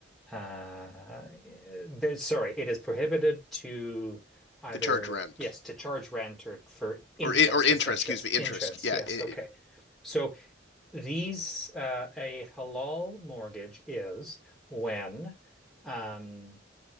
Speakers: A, in the centre; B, on the left.
A: uh, there, sorry, it is prohibited to either
B: they charge rent
A: yes to charge rent or for interest,
B: or or interest.
A: essentially
B: Excuse
A: yes,
B: me, interest.
A: interest.
B: Yeah.
A: Yes,
B: It,
A: okay. So these uh, a halal mortgage is when um,